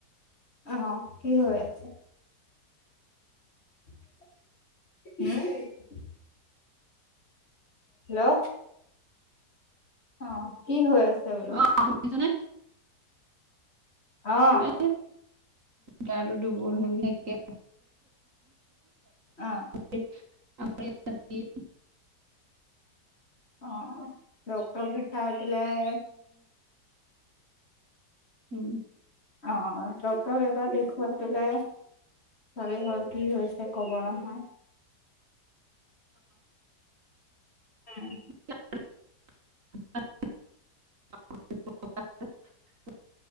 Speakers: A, on the left; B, on the right.
A: অ হ কি হৈ আছে? হম হেল্ল' অ কি হৈ আছে বোলো।
B: অ শুনিছনে
A: অহ
B: এ গাটো দুৰ্বল দুৰ্বল
A: অ
B: <unintelligible> <unintelligible>
A: অ ডক্টৰক দেখাই পেলাই
B: উম
A: আহ ডক্টৰ এবাৰ দেখুৱাই পেলাই চবেই ঘৰ কি হৈছে কব নহয়। উম
B: <inaudible>